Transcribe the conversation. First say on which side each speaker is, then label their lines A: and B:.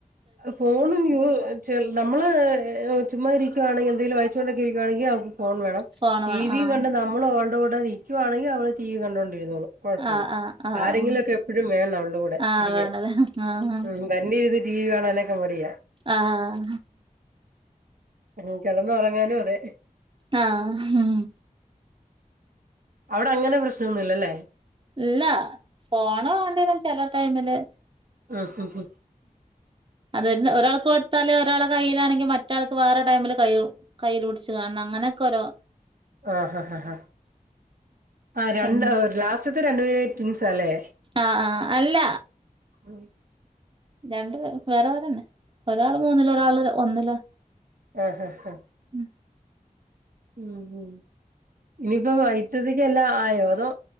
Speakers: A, on the right; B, on the right.
A: ഫോൺ <unintelligible> നമ്മള് ചു <unintelligible> ഇരിക്കുവാ ണെങ്കിൽ എന്തെലും കഴിച്ചോ ണ്ടക്കെയിരിക്കായണെങ്കിൽ അവക്ക് ഫോൺ വേണം
B: ഫോണ്
A: ടി
B: വേണം
A: വി
B: ആഹ്
A: കണ്ടണ്ട്‌ നമ്മൾ <unintelligible> <unintelligible> കൂടെ നിക്കുവാണെങ്കിൽ അവള് ടി വി കണ്ടണ്ട് <unintelligible> ഇരുന്നോളും കൊഴപ്പില്ല
B: ആഹ് ആഹ് ആഹ്
A: ആരെങ്കിലുംക്കെ എപ്പഴും വേണം അവൾടെ കൂടെ
B: ആഹ്
A: ഇരിക്കാൻ
B: വേണല്ലേ ആഹ്
A: ഉം തന്നെ ഇരുന്ന് ടിവി കാണനെക്കെമ്മടിയാ
B: ആ ആ
A: ഉം കെടന്ന് ഒറങ്ങാനും അതെ
B: ആങ്‌ഹ് ആ
A: അവിടെ അങ്ങനെ പ്രശ്നൊ ന്നുംല്ലല്ലേ
B: ഇല്ല ഫോണ് വാണ്ടിരും ചെല ടൈമില്
A: ആ ആ
B: അത് ഒരാൾക്ക് കൊടുത്താല് ഒരാള് കയ്യിലാണെങ്കിൽ മറ്റാൾക്ക് വേറെ ടൈമില് കയ്യ് കയ്യിൽ പിടിച്ച് കാണണം അങ്ങനൊക്ക ഓരോ
A: ആ ഹ ഹാ ഹാ ആ രണ്ട്
B: ആഹ്
A: ലാസ്റ്റത്തെ രണ്ടുപേര് ട്വിൻസ് ആ അല്ലെ
B: ആങ്‌ ഹ് ആ അല്ല
A: ഉം
B: രണ്ട് വേറെ വേറെ ന്നെ ഒരാള് മൂന്നില് ഒരാള് ഒന്നില്
A: ആഹ ഹഹ ഹഹ
B: ഉം <unintelligible>
A: ഉ ഉ ഇനിയിപ്പോ വൈത്തതിക്ക എല്ലാം ആയോ അതോ